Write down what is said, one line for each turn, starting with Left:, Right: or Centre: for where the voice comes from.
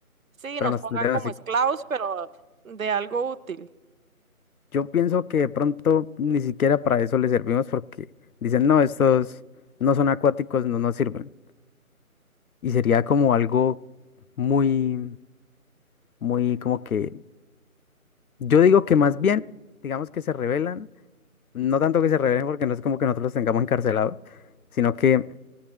Right: Sí,
Left: pero
Right: nos
Left: nos
Right: pongan
Left: tendrían
Right: como
Left: así.
Right: esclavos, pero de algo útil.
Left: Yo pienso que de pronto ni siquiera para eso les servimos porque dicen, no, estos no son acuáticos, no nos sirven. Y sería como algo muy, muy como que, yo digo que más bien, digamos que se rebelan, no tanto que se rebelen porque no es como que nosotros los tengamos encarcelados, sino que